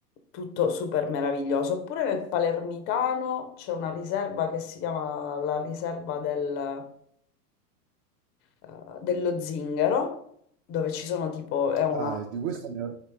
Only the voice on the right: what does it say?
Ah, di questo ne ho,